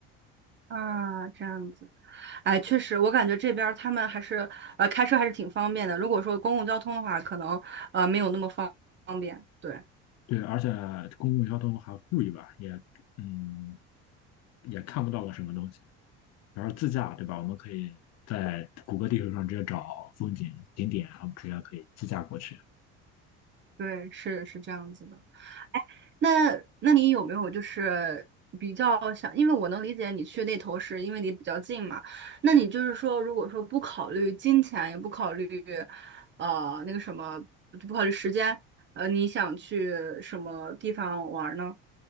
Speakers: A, on the right; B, on the left.
A: 啊，这样子，哎，确实，我感觉这边儿他们还是呃开车还是挺方便的。如果说公共交通的话，可能呃没有那么方方便。对
B: 对，而且公共交通还贵吧，也嗯也看不到个什么东西。然后自驾对吧？我们可以在谷歌地图上直接找风景景点，然后直接可以自驾过去。
A: 对，是是这样子的。哎，那那你有没有就是比较想，因为我能理解你去那头是因为离比较近嘛，那你就是说，如果说不考虑金钱，也不考虑呃那个什么，就不考虑时间，呃，你想去什么地方玩儿呢？